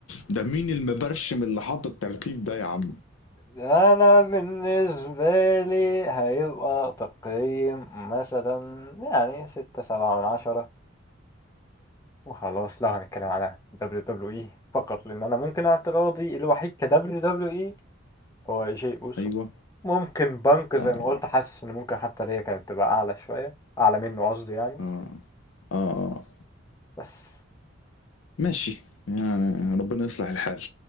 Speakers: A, on the left; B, on the left.
A: ده مين المبرشم اللي حط الترتيب ده يا عم
B: انا بالنسبة لي هيبقى تقييم مثلا يعني ستة سبعة من عشرة وخلاص لو هنتكلم على دبليو دبليو اي فقط لان انا ممكن اعتراضي الوحيد كدبليو دبليو اي هو جي اوسو
A: ايوه
B: ممكن بنك
A: اه
B: زي ما قلت حاسس ان ممكن حتى ليا كانت تبقى اعلى شوية اعلى منه قصدي يعني
A: اه اه آه.
B: بس
A: ماشي يعني ربنا يصلح الحال